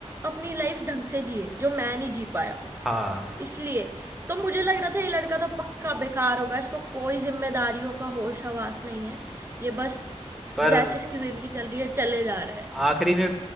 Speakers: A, on the right; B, in the centre.
A: अपनी लाइफ ढंग से जिए जो मैं नहीं जी पाया
B: हाँ
A: इसलिए तो मुझे लग रहा था ये लड़का तो पक्का बेकार होगा इसको कोई जिम्मेदारियों का होश हवास नहीं है ये बस
B: पर
A: जैसे इसकी जिंदगी चल रही है चले जा रहा है
B: आखिरी में